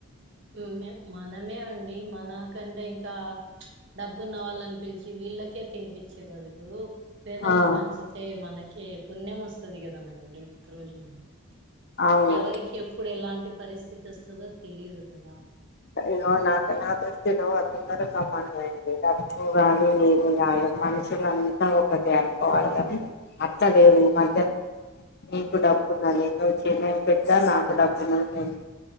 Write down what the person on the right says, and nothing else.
పుణ్యం మనమే అండి మనకంటే ఇంకా డబ్బు ఉన్నవాళ్ళని పిలిచి వీళ్ళకే తినిపించే బదులు పేదలకు
పంచితే మనకి పుణ్యం వస్తది కదా మేడం రేపు రోజున
ఎవరికి ఎప్పుడు ఎలాంటి పరిస్థితి వస్తదో తెలీదు కదా
హ్మ్.